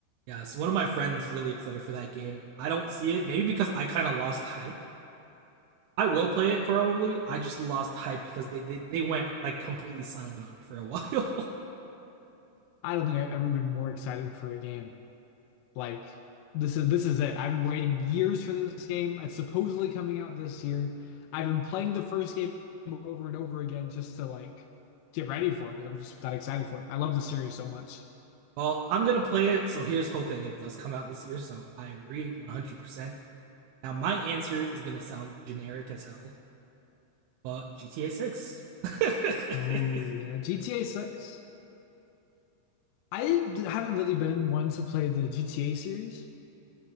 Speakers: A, on the right; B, on the left.
A: yeah, so one of my friends really excited for that game. I don't see it, maybe because I kind of lost hype I will play it probably. I just lost hype because they they, they went like completely silent on it for a while.
B: I don't think I've ever been more excited for a game. Like this is this is it. I've been waiting years for this game. It's supposedly coming out this year. I've been playing the first game over and over again just to like get ready for it because I'm just that excited for it. I love the series so much.
A: <laughs> well, I'm gonna play it, so here's hoping it does come out this year. So I agree 100. percent Now my answer is gonna sound generic as hell, but GTA 6. <laughs>
B: Oh yeah, GTA 6. I d- haven't really been one to play the GTA series.